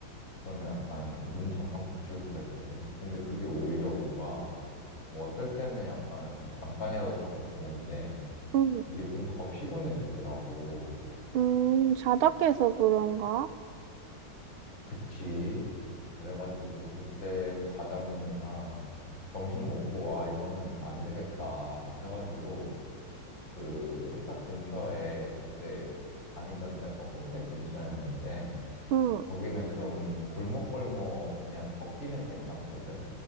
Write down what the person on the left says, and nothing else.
그러면 약간 눈 잠깐 붙이고 그랬거든. 근데 그게 오히려 뭔가 뭐 어쩔 때는 약간 잠깐이라도 자서 좋은데
이게 좀 더 피곤해지더라고.
그치? 그래가지고 그때 과장님이랑 점심 먹고 와 이거는 안 되겠다 해가지고 그 회사 근처에 그때 다니던 데가 홍대 근처였는데
거기는 좀 골목골목 그냥 걷기는 괜찮거든.